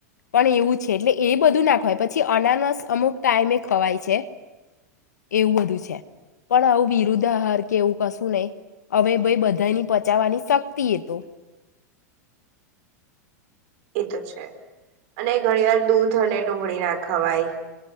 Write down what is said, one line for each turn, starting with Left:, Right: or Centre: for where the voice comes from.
Left: પણ એવું છે એટલે એ બધું ના ખવાય પછી અનાનસ અમુક ટાઈમે ખવાય છે એવું બધું છે પણ આવું વિરુદ્ધ આહાર કે એવું કશું નહી હવે ભઈ બધાની પચાવવાની શક્તિ એ તો
Right: એ તો છે અને ઘણી વાર દૂધ અને ડુંગળી ના ખવાય